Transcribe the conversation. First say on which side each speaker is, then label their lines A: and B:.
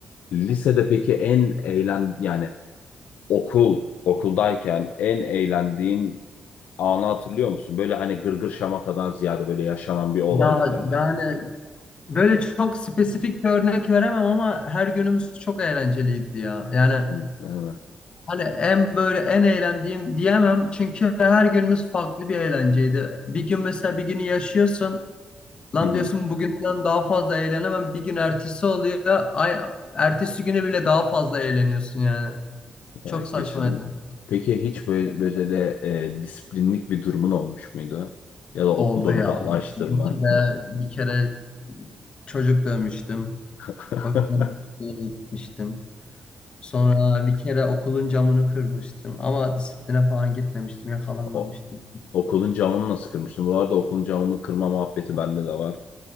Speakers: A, on the left (about 80°); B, on the left (about 40°).
A: lisede peki en eğlen yani okul okuldayken en eğlendiğin anı hatırlıyor musun? Böyle hani gırgır şamatadan ziyade böyle yaşanan bir olay
B: Ya
A: üzerine.
B: yani böyle çok spesifik bir örnek veremem ama her günümüz çok eğlenceliydi ya. Yani
A: Değil mi?
B: hani en böyle en eğlendiğim diyemem çünkü her günümüz farklı bir eğlenceydi. Bir gün mesela bir günü yaşıyorsun. Lan
A: <laughs> Hı hı.
B: diyorsun bugünden daha fazla eğlenemem. Bir gün ertesi oluyor. Ay, ertesi güne bile daha fazla eğleniyorsun yani.
A: Yani
B: Çok saçmaydı.
A: kesinlikle. Peki hiç böyle, böyle e, disiplinlik bir durumun olmuş muydu? Ya da okuldan
B: Oldu ya.
A: uzaklaştırma.
B: Bir kere, bir kere çocuk dövmüştüm.
A: <laughs>
B: O yüzden disipline gitmiştim. Sonra bir kere okulun camını kırmıştım. Ama disipline falan gitmemiştim. Yakalanmamıştım.
A: O, okulun camını nasıl kırmıştın? Bu arada okulun camını kırma muhabbeti bende de var.